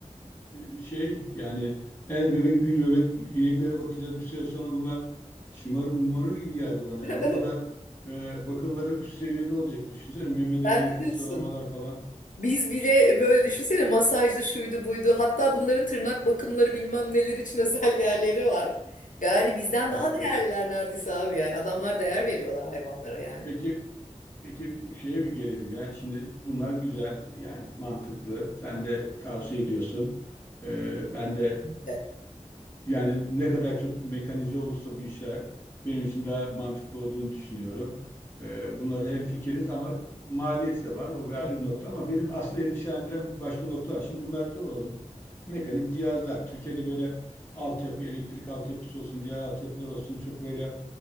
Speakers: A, on the left; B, on the left.
A: e, şey yani el bebek gül bebek ineklere bakacağız bir süre sonra bunlar şımarır mumarır gibi geldi bana
B: <laughs>
A: ya o kadar e, bakımları üst seviyede olacak düşünsene memelerine
B: Sen ne
A: fırçalamalar
B: diyorsun?
A: falan
B: Biz bile böyle düşünsene masajlı şuydu buydu. Hatta bunların tırnak bakımları bilmem neler için <laughs> özel yerleri var. Yani bizden
A: harika.
B: daha değerliler neredeyse abi yani. Adamlar değer veriyorlar hayvanlara yani.
A: Peki peki şeye bir gelelim ya şimdi bunlar güzel yani mantıklı sen de tavsiye ediyorsun. E, ben de
B: De.
A: Yani ne kadar çok mekanize olursa bu işler benim için daha mantıklı olduğunu düşünüyorum. Ee, bunlarda hemfikiriz ama maliyeti de var. O bir
B: Hı.
A: ayrı bir nokta ama benim asıl endişelendiren bir başka nokta var. Şimdi bunlar da o mekanik cihazlar. Türkiye'de böyle altyapı, elektrik altyapısı olsun, diğer altyapılar olsun çok böyle